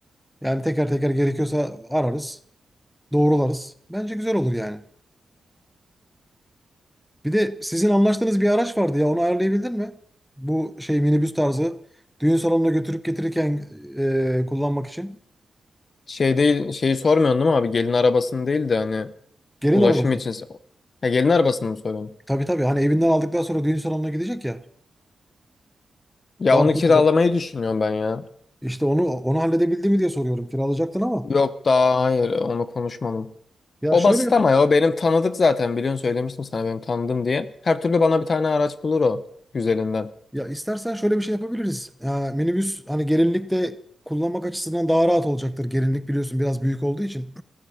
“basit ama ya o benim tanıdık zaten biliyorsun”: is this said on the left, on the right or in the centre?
Left